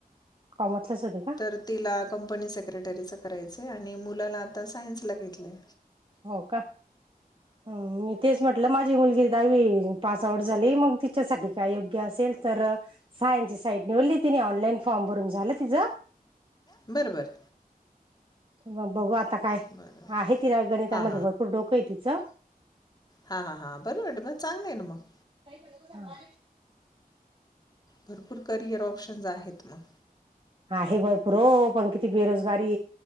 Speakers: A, on the right; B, on the left.
A: कॉमर्सलाच होते का
B: तर तिला कंपनी सेक्रेटरी करायच आणि मुलाला आता सायन्स ला घेतलय.
A: हो का मी तेच म्हटलं माझी मुलगी दहावी. पास आऊट झाली मग तिच्यासाठी काय योग्य असेल तर सायन्स ची साई निवडली तिने ऑनलाईन फॉर्म. भ रून झालं तिझं.
B: बरोबर.
A: मग बघू आता काय
B: बरं
A: आहे तिला गणितामध्ये
B: हां
A: भरपूर डोकं आहे तिचं.
B: हा हा हा बरं वाट मग चांगलं आहे ना मग
A: हाहा
B: भरपूर करिअर ऑप्शन्स आहेत मग.
A: आहे भरपूर हो पण किती बेरोजगारी